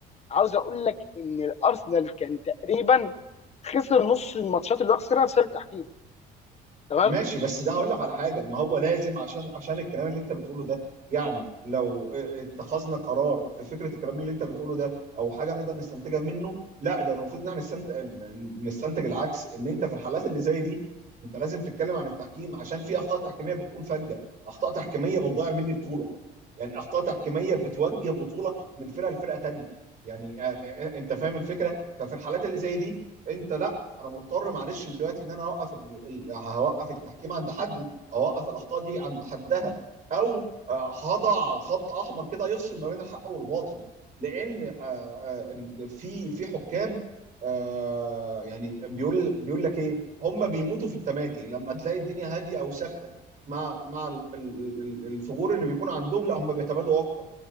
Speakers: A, on the left; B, on the right.
A: عاوز اقول لك ان الارسنال كان تقريبا خسر نص الماتشات اللي هو خسرها بسبب التحكيم تمام
B: ماشي بس ده هقول لك على حاجه ما هو لازم عشان عشان الكلام اللي انت بتقوله ده يعني لو ا- اتخذنا قرار في فكره الكلام اللي انت بتقوله ده او حاجه نقدر نستنتجها منه لا ده المفروض ان احنا نستنتج نستنتج العكس ان انت في الحالات اللي زي دي انت لازم تتكلم عن التحكيم عشان في اخطاء تحكيميه بتكون فجه اخطاء تحكيميه بتضيع مني بطوله يعني اخطاء تحكيميه بتوجه بطوله من فرقه لفرقه تانيه يعني ا- ا- ا- انت فاهم الفكره ففي الحالات اللي زي دي انت لا انا مضطر معلش دلوقتي ان انا اوقف ال- ال- هوقف التحكيم عند حده اوقف الاخطاء دي عند حدها او آه، هضع خط احمر كده يفصل ما بين الحق والباطل لان آه، آه، ال- في في حكام آه، يعني بيقول بيقول لك ايه هم بيموتوا في التمادي لما تلاقي الدنيا هاديه او ساكته مع مع ال- ال- ال- الفجور اللي بيكون عندهم لا هم بيتمادوا اكتر